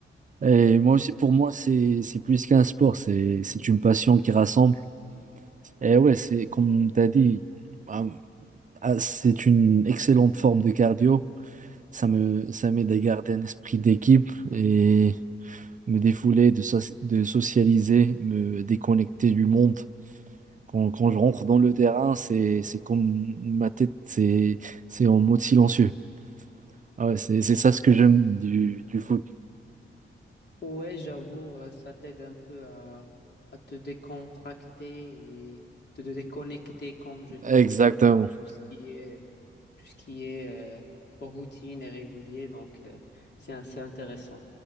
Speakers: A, on the right (about 40°); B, on the left (about 50°).
A: Et moi aussi, pour moi, c'est, c'est plus qu'un sport, c'est, c'est une passion qui rassemble. Et ouais, c'est comme tu as dit, ah, ah, c'est une excellente forme de cardio. Ça me, ça m'aide à garder un esprit d'équipe et me défouler, de, soci- de socialiser, me déconnecter du monde. Quand, quand je rentre dans le terrain, c'est, c'est comme ma tête, c'est, c'est en mode silencieux. Ah ouais, c'est, c'est ça ce que j'aime du, du foot.
B: Ouais, j'avoue, euh, ça t'aide un peu à, à te décontracter et te te déconnecter, comme je viens
A: Exactement.
B: de dire, tout ce qui est, tout ce qui est euh, routine et régulier. Donc, euh, c'est assez intéressant.